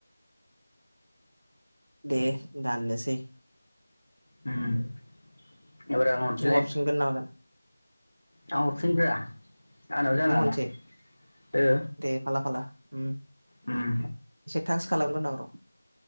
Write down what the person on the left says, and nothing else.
उम एबार आं हरफिनलाय
आं हरफिननि ब्रा आंनाव जानाङाना
ओ
उम